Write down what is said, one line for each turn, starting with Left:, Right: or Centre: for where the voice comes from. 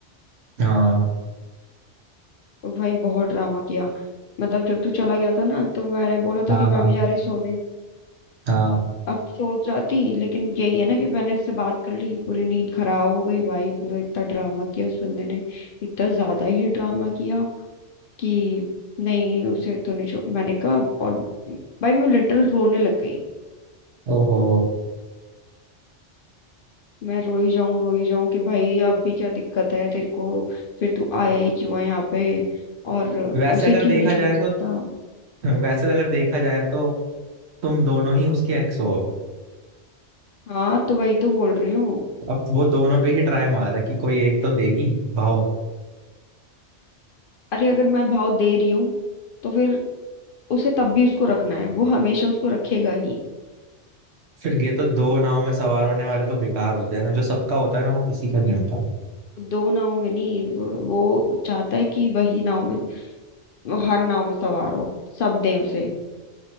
Right: हाँ
Left: तो भाई बहुत ड्रामा किया मतलब जब तू चला गया था ना तो मैंने बोला
Right: हाँ
Left: था कि मैं
Right: हाँ
Left: भी जा रही सोने
Right: हाँ
Left: अब सो जाती लेकिन यही है ना कि मैंने उससे बात कर ली पूरी नींद खराब हो गई भाई पूरा इतना ड्रामा किया उस बंदे ने इतना ज्यादा ही ड्रामा किया कि नहीं उसे तो नहीं छोड़ मैंने कहा और भाई मैं लिटरल रोने लग गई
Right: ओहो
Left: मैं रोई जाऊं रोई जाऊं कि भाई अब भी क्या दिक्कत है तेरे को फिर तू आया ही क्यों है यहाँ पे और
Right: वैसे
Left: उसे
Right: अगर
Left: क्यों
Right: देखा
Left: नहीं छोड़
Right: जाए
Left: सकता
Right: तो वैसे अगर देखा जाए तो तुम दोनों ही उसकी एक्स हो अब
Left: हाँ तो वही तो बोल रही हूँ
Right: अब वो दोनों पे ही ट्राई मारा कि कोई एक तो देगी भाव
Left: अरे अगर मैं भाव दे रही हूँ तो फिर उसे तब भी उसको रखना है वो हमेशा उसको रखेगा ही
Right: फिर ये तो दो नाव में सवार होने वाले तो बेकार होते हैं ना जो सबका होता है ना वो किसी का नहीं होता
Left: दो नाव में नहीं वो वो चाहता है कि वही नाव में वो हर नाव में सवार हो सब दें उसे